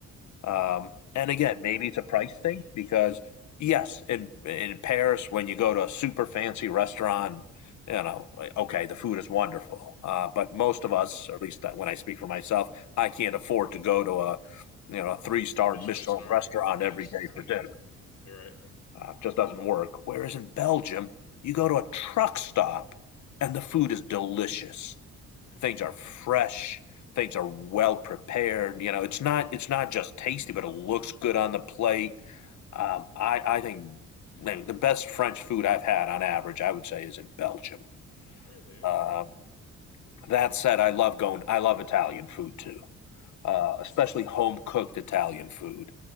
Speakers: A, on the left; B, on the left.
A: Um, and again, maybe it's a price thing because yes, in in Paris, when you go to a super fancy restaurant, you know, like, okay, the food is wonderful, uh, but most of us,
B: <laughs>
A: or at least when I speak for myself, I can't afford to go to a you know a three star
B: Michelin
A: Michelin
B: star.
A: restaurant
B: Yes.
A: every day for
B: <laughs>
A: dinner.
B: All right.
A: Uh, just doesn't work. Whereas in Belgium, you go to a truck stop and the food is delicious things are fresh things are well prepared you know it's
B: Mm.
A: not it's not just tasty but it looks good on the plate um, I, I think the best french food i've had on average i would say is in belgium
B: Really? Okay.
A: uh, that said i love going i love italian food too uh, especially home cooked italian food